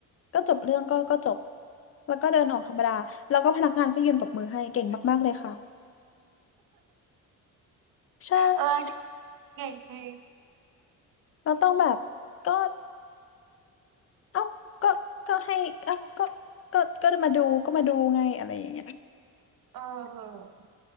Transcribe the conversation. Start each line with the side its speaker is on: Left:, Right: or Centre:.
Left: ก็จบเรื่องก็ก็จบแล้วก็เดินออกธรรมดาแล้วก็พนักงานก็ยืนตบมือให้เก่งมากๆเลยค่ะใช่
Right: เออเก่งจริง
Left: เราต้องแบบก็เอ้าก็ก็ให้เอ้าก็ก็ก็มาดูก็มาดูไงอะไรอย่างเงี้ย
Right: เออ